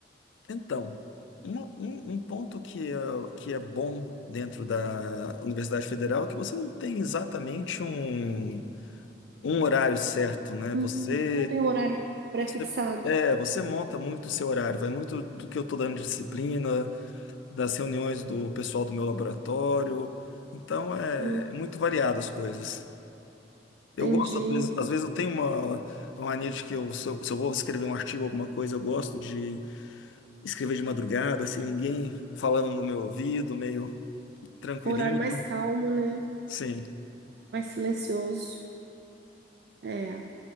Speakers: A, on the left; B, on the right.
A: Então, uma- um, um ponto que é, que é bom dentro da Universidade Federal é que você não tem exatamente um, um horário certo, né?
B: Hum,
A: Você,
B: não tem um horário pré-fixado.
A: você, é, você monta muito o seu horário, vai muito do que eu estou dando de disciplina, das reuniões do pessoal do meu laboratório. Então, é
B: Hum,
A: é muito variado as coisas. Eu
B: Entendi.
A: gosto, às vezes, às vezes eu tenho uma, uma mania de que eu, se eu, se eu vou escrever um artigo, alguma coisa, eu gosto de escrever de madrugada, sem ninguém falando no meu ouvido, meio tranquilinho.
B: Um Horário mais calmo, né?
A: Sim.
B: Mais silencioso. É.